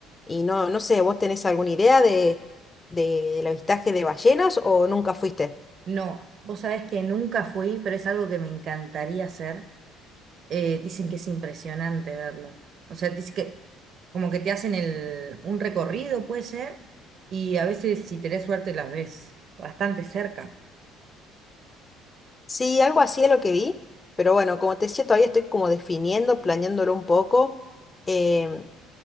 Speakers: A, on the left; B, on the right.
A: Y no, no sé, ¿vos tenés alguna idea de, de- del avistaje de ballenas o nunca fuiste?
B: no, vos sabés que nunca fui, pero es algo que me encantaría hacer eh, dicen que es impresionante verlo. O sea, dice que como que te hacen el, un recorrido, puede ser, y a veces si tenés suerte las ves bastante cerca.
A: Sí, algo así es lo que vi. Pero bueno, como te decía, todavía estoy como definiendo, planeándolo un poco. Em,